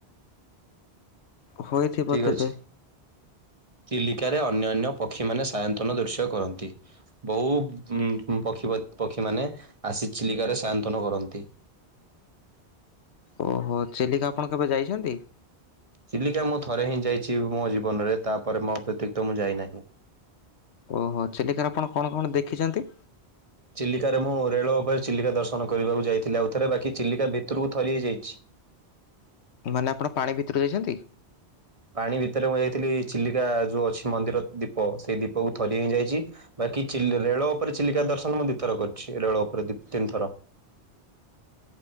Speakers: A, on the left; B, on the right.
A: ହୋଇଥିବ
B: ଠିକ
A: ତେବେ
B: ଅଛି ଚିଲିକାରେ ଅନ୍ୟାନ୍ୟ ପକ୍ଷୀ ମାନେ ସାୟନ୍ତନ ଦୃଶ୍ୟ କରନ୍ତି। ବହୁ ଉଁ ଉଁ ପକ୍ଷୀପତ୍ ପକ୍ଷୀମାନେ ଆସି ଚିଲିକାରେ ସାୟନ୍ତନ କରନ୍ତି।
A: ଓହୋ ଚିଲିକା ଆପଣ କେବେ ଯାଇଚନ୍ତି?
B: ଚିଲିକା ମୁଁ ଥରେ ହିଁ ଯାଇଚି ମୋ ଜୀବନରେ ତାପରେ ମୋ ଏତିିକ ତ ମୁଁ ଯାଇନାହିଁ।
A: ଓହୋ ଚିଲିକାରେ ଆପଣ କଣ କଣ ଦେଖିଚନ୍ତି?
B: ଚିଲିକାରେ ମୁଁ ରେଳ ଓପରେ ଚିଲିକା ଦର୍ଶନ କରିବାକୁ ଯାଇଥିଲି ଆଉ ଥରେ ବାକି ଚିଲିକା ଭିତରକୁ ଥରି ହେଇଚି।
A: ମାନେ ଆପଣ ପାଣି ଭିତରୁକୁ ଯାଇଚନ୍ତି?
B: ପାଣି ଭିତରେ ମୁଁ ଯାଇଥିଲି ଚିଲିକା ଯୋଉ ଅଛି ମନ୍ଦିର ଦୀପ ସେଇ ଦୀପକୁ ଥରିଏ ହିଁ ଯାଇଚି। ବାକି ଚିଲ୍ ରେଳ ଓପରେ ଚିଲିକା ଦର୍ଶନ ମୁଁ ଦିଥର କରିଚି ରେଳ ଓପରେ ଦି ତିନ ଥର।